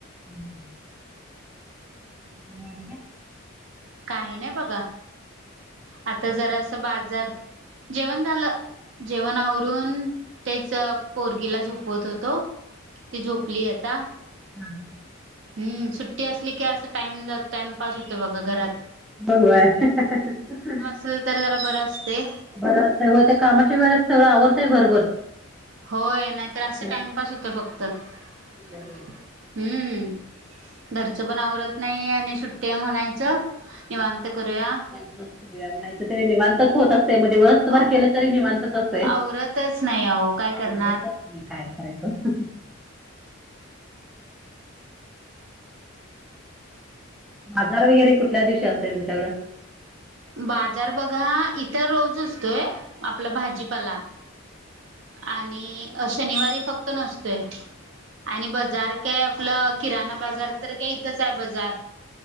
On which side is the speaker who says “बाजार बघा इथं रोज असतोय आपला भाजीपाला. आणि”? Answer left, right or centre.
Right